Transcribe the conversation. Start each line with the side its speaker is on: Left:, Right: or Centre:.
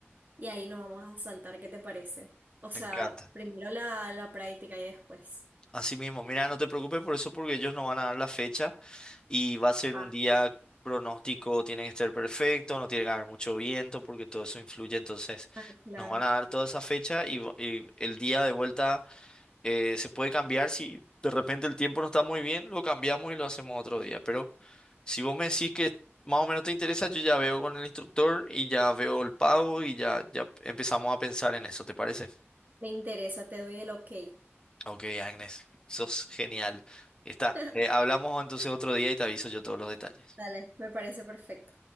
Right: y ahí nos vamos a saltar, ¿qué te parece? O sea,
Left: me encanta.
Right: primero la, la práctica y después.
Left: Así mismo, mira, no te preocupes por eso porque ellos no van a dar la fecha. y va a ser
Right: Ah,
Left: un día pronóstico, tiene que estar perfecto, no tiene que haber mucho viento porque todo eso influye, entonces
Right: ah, claro.
Left: nos van a dar toda esa fecha y, vo- y el día de vuelta eh, se puede cambiar si de repente el tiempo no está muy bien, lo cambiamos y lo hacemos otro día, pero si vos me decís que más o menos te interesa, yo ya veo con el instructor y ya veo el pago y ya, ya empezamos a pensar en eso, ¿te parece?
Right: Me interesa, te doy el ok.
Left: Ok, Agnes, sos genial. Está,
Right: <laughs>
Left: eh, hablamos entonces otro día y te aviso yo todos los detalles.
Right: Dale, me parece perfecto.